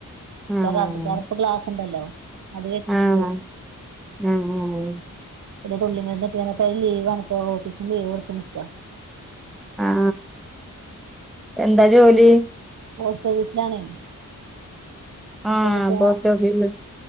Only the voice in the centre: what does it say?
ആഹ്
ആഹ് ഉം ഉം
ആ എന്താ ജോലി
ആഹ്
പോസ്റ്റ്
ഓഫീസ്